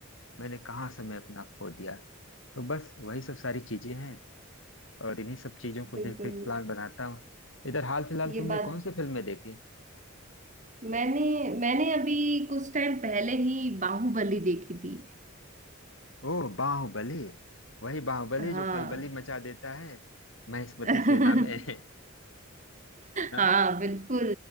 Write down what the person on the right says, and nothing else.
बिल्कुल
ये
बात
मैंने मैंने अभी कुछ टाइम पहले ही बाहुबली देखी थी
हाँ
<laughs>
हाँ बिल्कुल